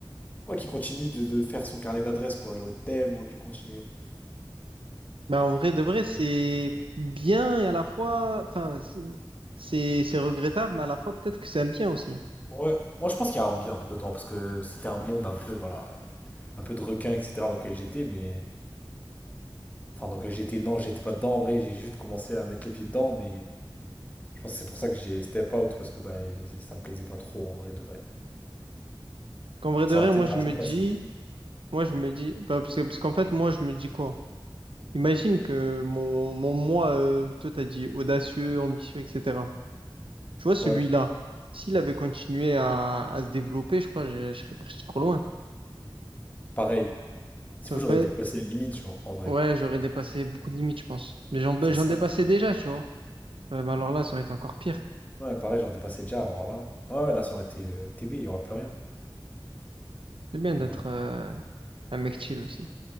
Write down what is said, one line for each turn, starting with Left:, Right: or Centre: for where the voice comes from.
Left: ouais, qui continue de, de faire son carnet d'adresses, quoi. J'aurais tellement dû continuer.
Right: Bah, en vrai de vrai, c'est bien et à la fois, enfin, c'est c'est c'est regrettable, mais à la fois peut-être que c'est un bien aussi.
Left: Ouais, moi je pense qu'il y a un bien dedans, parce que c'était un monde un peu, voilà, un peu de requin, etc. dans lequel j'étais, mais. Enfin, dans lequel j'étais, non, j'étais pas dedans en vrai, j'ai juste commencé à mettre les pieds dedans, mais je pense que c'est pour ça que j'ai step out, parce que bah, j'ai- ça me plaisait pas trop en vrai de vrai.
Right: Qu'en vrai
Left: Mais
Right: de
Left: ça
Right: vrai,
Left: aurait été
Right: moi
Left: de
Right: je
Left: l'argent
Right: me
Left: facile.
Right: dis, Moi, je me dis, bah, parce que, parce qu'en fait, moi, je me dis quoi? Imagine que mon, mon moi, euh, toi, t'as dit audacieux, ambitieux, etc. Tu vois, celui-là,
Left: Ouais,
Right: s'il avait continué à, à se développer, je crois que je, je serais parti trop loin.
Left: pareil. S'il
Right: J'aurais
Left: faut, j'aurais
Right: pas...
Left: déplacé les limites, genre, en vrai.
Right: Ouais, j'aurais dépassé beaucoup de limites, je pense. Mais j'en, ben,
Left: C'est
Right: j'en
Left: ça.
Right: dépassais déjà, tu vois. Ouais, mais alors là, ça aurait été encore pire.
Left: Ouais, pareil, j'en dépassais déjà, alors là. Ah ouais, là, ça aurait été euh, TB, il n'y aura plus rien,
Right: C'est bien d'être
Left: en vrai.
Right: euh, un mec chill aussi.